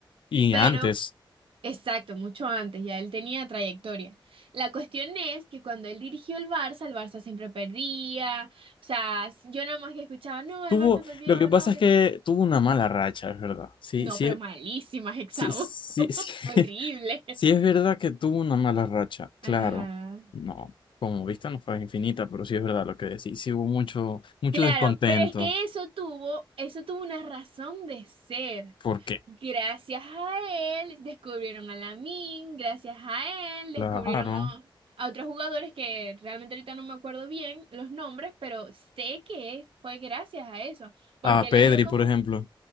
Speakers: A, on the left; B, on the right.
A: Y
B: pero
A: antes,
B: Exacto, mucho antes, ya él tenía trayectoria. La cuestión es que cuando él dirigió el Barça, el Barça siempre perdía. O sea, s- yo nada más que escuchaba, no,
A: tuvo,
B: el Barça perdió,
A: lo que pasa
B: no,
A: es
B: ¿qué
A: que
B: tal?
A: tuvo una mala racha, es verdad. Sí,
B: No,
A: sí,
B: pero malísimas, Hexau.
A: Sí, sí,
B: <laughs>
A: sí, <laughs>
B: Horrible.
A: sí es verdad que tuvo una mala racha, claro.
B: Ajá.
A: No, como vista no fue infinita, pero sí es verdad lo que decís. Sí hubo mucho, mucho
B: Claro,
A: descontento.
B: pero es que eso tuvo, eso tuvo una razón de ser.
A: ¿Por qué?
B: Gracias a él descubrieron a Lamin, gracias a él
A: Claro.
B: descubrieron a, a otros jugadores que realmente ahorita no me acuerdo bien los nombres, pero sé que fue gracias a eso, porque
A: A
B: él
A: Pedri,
B: le dio como,
A: por ejemplo.